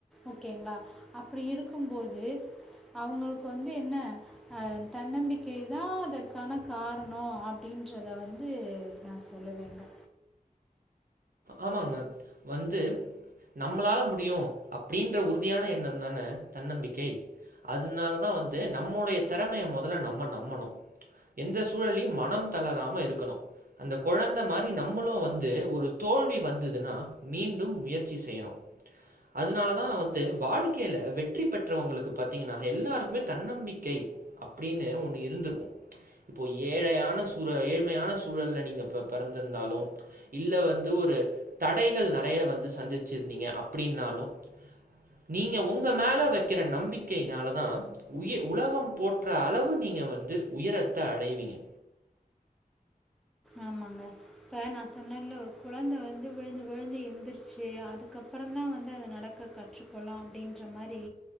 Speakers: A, in the centre; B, on the right.
A: ஒகேங்ளா அப்டி இருக்கும்போது அவங்களுக்கு வந்து என்ன அ தன்னம்பிக்கைதா அதற்கான காரணோ அப்டின்றத வந்து நா சொல்ல வேண்டா
B: ஆமாங்க வந்து நம்பளால முடியு அப்டின்ற உறுதியான எண்ணம்தான தன்னம்பிக்கை அதனாலதா வந்து நம்முடைய திறமைய வந்து மொதல்ல நம்ம நம்பணு எந்த சூழலையும் மனம் தளராம இருக்கணும் அந்த கொழந்த மாரி நம்மளு வந்து ஒரு தோல்வி வந்துதுனா மீண்டும் முயற்சி செய்யனு அதுனாலதா வந்து வாழ்க்கையில வெற்றி பெற்றவங்களுக்கு பாத்தீங்கன்னா எல்லாருக்குமே தன்னம்பிக்கை அப்டின்னு ஒண்ணு இருந்துருக்கு இப்போ ஏழையான சூழ ஏழ்மையான சூழல்ல நீங்க பெ பெறந்திருந்தாலு இல்ல வந் து ஒரு தடைகள் நெறைய வந்து சந்திச்சிருந்தீங்க அப்டின்னாலு நீங்க உங்க மேலே வைக்கிற நம்பிக்கையினாலதா உய உலகம் போற்ற அளவு நீங்க வந்து உயரத்த அடைவீங்க
A: ஆமாங்க இப்ப நா சொன்னேன்ல ஒரு குழந்தை வந்து விழுந்து விழுந்து எந்திருச்சு அதுக்கப்புறோ தா வந்து அத நடக் க கற்றுக்கொல்லா அப்டின்ற மாறி